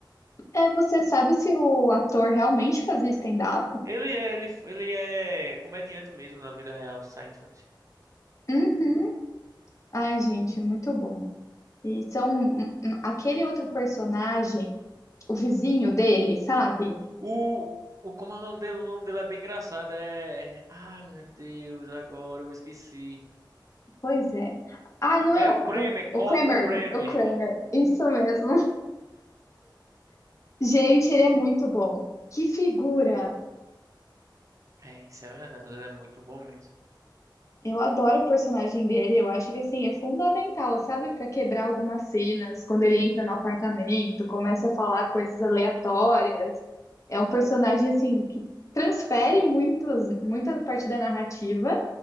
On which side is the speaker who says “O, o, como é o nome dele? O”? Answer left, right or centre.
Right